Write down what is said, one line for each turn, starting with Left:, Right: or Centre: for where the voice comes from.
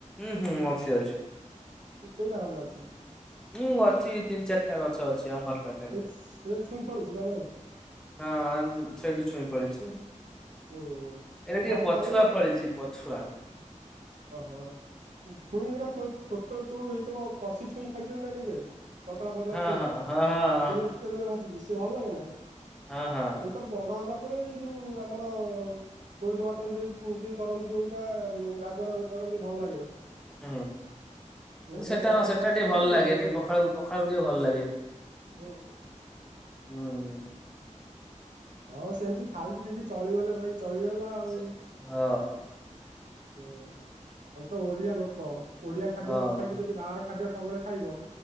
Centre: ଉଁ ହୁଁ ଅଛି ଅଛି।
Right: କେଇଟା ଖଣ୍ଡେ ଅଛି?
Centre: ଉଁ ଅଛି ତିନି ଚାରିଟା ଗଛ ଅଛି ଆମ ଘର ପାଖ।
Right: ସେଇ ସେ ଛୁଇଁ ଫଳୁଛି ନା ନାଇଁ?
Centre: ହଁ ଆଁ ସେଇଠୁ ଛୁଇଁ ଫଳିଛି।
Right: ହୁଁ ହୁଁ
Centre: ଏଇଟା
Right: ମୁଁ ଘରେ
Centre: ଟିକେ ପଛୁଆ
Right: ଖାଇବେ ଆଉ
Centre: ଫଳିଛି ପଛୁଆ।
Right: ଓହୋ। ଛୁଇଁରା ଛୁ ଛୋଟ ଛୁଇଁ ହେଇଥିବ କଷି ଛୁଇଁ ଖାଇଛନି ନା କେବେ।? ପତଳା ପତଳା
Centre: ହଁ
Right: ଛୁଇଁ
Centre: ହଁ ହଁ ହଁ
Right: ତେଲ ତେଲରେ ଭାଜିିକି ସେ ଭଲ ଲାଗେ ନା?
Centre: ହଁ ହଁ।
Right: ମୁଁ ତ ବଡ ହେଲା ପରେ ଏଇ ଯୋଉ ଆମର ସୋରିଷ ବାଟଣ ଦେଇ ଦେଇ କରନ୍ତି ଯୋଉଟା ରାଗ ରାଗ କରନ୍ତି ଭଲ ଲାଗେ।
Centre: ହୁଁ ହୁଁ।
Right: ହୁଁ
Centre: କିନ୍ତୁ
Right: ସେ
Centre: ସେଟା
Right: ପଖାଳ
Centre: ହଁ ସେଟା
Right: ଖାଇ
Centre: ଟିକେ
Right: ଖାଇଛନ୍ତି
Centre: ଭଲ ଲାଗେ
Right: ନା ଲଗେଇ?
Centre: ଟିକେ ପଖାଳ ପଖାଳକୁ ଟିକେ ଭଲ ଲାଗେ।
Right: ହୁଁ।
Centre: ହୁଁ।
Right: ହଁ ସେମିତି ଖାଇକି ପିଇକି ଚଳିଗଲେ ଭାଇ ଚଳିଗଲା ଆଉ।
Centre: ସେ- ହଁ
Right: ହୁଁ ଆମେ ତ ଓଡିଆ ଲୋକ ଓଡିଆ ଖାଦ୍ୟ
Centre: ହଁ
Right: ନ ଖାଇକି ଯଦି ବାହାର ଖାଦ୍ୟ ସବୁବେଳେ ଖାଇବ।